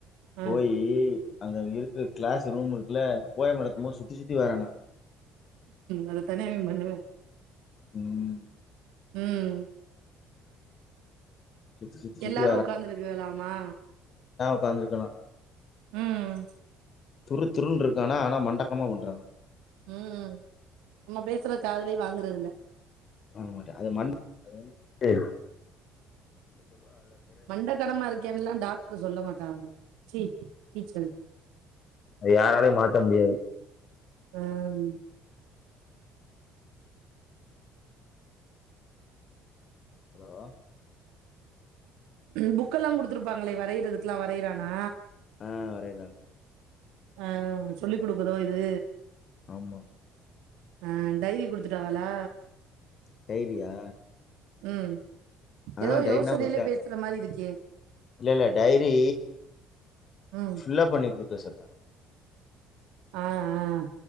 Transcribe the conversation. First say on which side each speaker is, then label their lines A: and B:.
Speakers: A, on the right (about 80°); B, on the left (about 50°).
A: ஆ
B: போயி அங்க இருக்குற கிளாஸ் ரூம் இருக்குல போயம் நடத்தும் போது சுத்தி சுத்தி வரானா
A: அத தானே இவே பண்ணுவே
B: ம்
A: ம்
B: சுத்தி சுத்தி சுத்தி
A: எல்லாரு உக்காந்துருக்குலாமா
B: உக்காந்துருக்கலா
A: ம்
B: துரு துருன் இருக்கானா ஆனா மண்டக்கமா பண்றானா
A: ம் நம்ம பேசுற காதுலே வாங்க றதில்ல
B: வாங்க மாட்டே அது ம அது வந்ட்டு
A: மண்டக்கனமா இருக்கேன்லா டாக்டர் சொல்ல மாட்டங்ளே சீ டீச்சர்
B: அது யாராலயு மாத்த முடியாது
A: பேம்
B: ஹலோ
A: புக்கெல்லா குடுத்துருப்பாங்களே வரையறதுக்குலா வரையறானா
B: ஆ வரையறா
A: ஆ சொல்லிக் குடுக்குதோ இது
B: ஆமா
A: ஆ டைரி குடுத்துட்டாங்களா
B: டைரியா
A: ம்
B: ஆ
A: எதோ
B: டைரினா
A: யோசனைல
B: கொடுத்துட்டா
A: பேசற மாரி இருக்கே
B: இல்ல இல்ல டைரி
A: ம்
B: ஃப்ல்லாஅப் பண்ணி கொடு பேசற
A: ஆஹ் ஆஹ்